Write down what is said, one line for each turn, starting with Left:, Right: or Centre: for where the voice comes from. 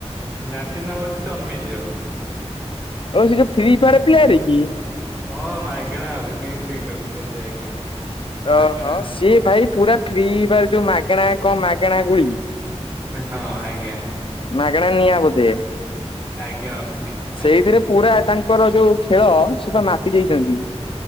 Right: ନାତି ନା ହଉଛି ଚନ୍ମେଇଜ।
Left: ଓ ସେ ଯୋଉ ଫ୍ରି ଫାର ପ୍ୟଆର କି?
Right: ହଁ ମାଇଗଣା ଅଗ୍ନିଶ ଖେଲୁଛନ୍ତି ଆଜ୍ଞା। ମାଗେଣା
Left: ଓହୋ ସିଏ ଭାଇ ପୁରା ଫ୍ରିବାର ଯୋଉ ମାଗଣା କଣ ମାଗଣା ଗୁଳି
Right: ହଁ ଆଜ୍ଞା।
Left: ମାଗଣା ନିଆଁ ବୋଧେ
Right: ଆଜ୍ଞା ଅଗ୍ନି
Left: ସେଇଥିରେ
Right: ଆଜ୍ଞା
Left: ପୁରା ତାଙ୍କର ଯୋଉ ଖେଳ ସେ ବା ମାତି ଯାଇଛନ୍ତି।